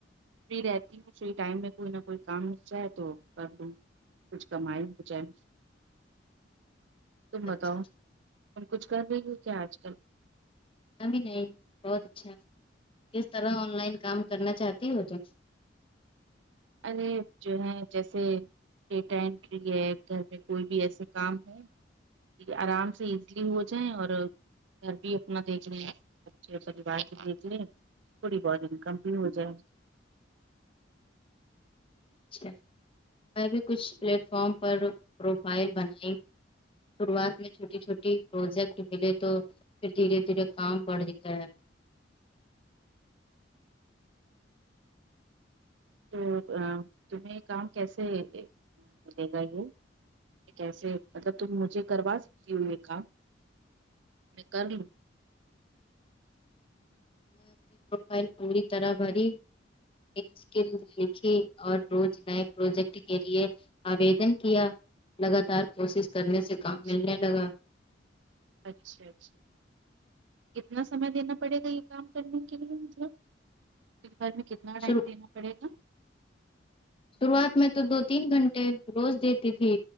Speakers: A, on the right; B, on the left.
A: فری رہتی ہوں فری ٹائم میں کوئی نہ کوئی کام ملتا ہے تو کر لوں کچھ کمائی ہو جائے
B: بہت
A: تم بتاؤ
B: اچھا
A: تم کچھ کر رہی ہو کیا آج کل
B: ابھی نہیں بہت اچھا کس طرح آن لائن کام کرنا چاہتی ہو تو
A: اے جو ہے جیسے ڈیٹا انٹری ہے گھر پ کوئی بھی ایسے کام ہے آرام سے ایزلی ہو جائیں اور گھر بھی اپنا دیکھ ل اچھے پریوار کی دھ لیے تھوڑی بور ان کم بھی ہو جائے
B: اچھا میں بھی کچھ پلیٹ فارم پر پروفائل بنائی شروعات میں چھوٹی چھوٹی پروجیکٹ ملے تو پھر دھیرے دھیرے کام بڑھ جتا ہے
A: تو تمہیں کام کیسے ملے گا یہ کیسے مطلب تم مجھے کروا سکتی ہو یہ کام میں کر لوں
B: میں اپنی پروفائل پوری طرح بری اسکل لکھی اور روز نئے پروجیکٹ کے لیے آودن کیا لگاتار کوشش کرنے سے کام
A: اچھا
B: ملنے لگا
A: اچھا اچھا کتنا سمے دینا پڑے گا یہ کام کرنے کے لیے مجھے دن بھر میں کتنا ٹائم
B: شروع
A: دینا پڑے گا
B: شروعات میں تو دو تین گھنٹے روز دیتی تھی